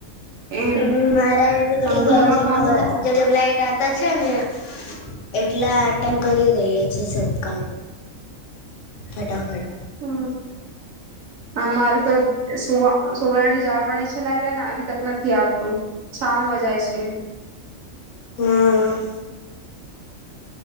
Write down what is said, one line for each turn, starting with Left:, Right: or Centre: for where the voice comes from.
Right: એમ
Left: હમ, મારા આવી બી
Right: આમ
Left: જાય
Right: ઘરમાં
Left: છે,
Right: કામ
Left: મગ
Right: હો
Left: જેટ. કાકા છે ને એટલા અટેન્ડ કરી રહ્યા છે સબ કામ ફટાફટ.
Right: હમ. હ મારે તો સુ સુવારણ જ આવણી છે લાવડ્યા ને આવી તક નથી આવતું. શામ હોય જાય છે.
Left: હમ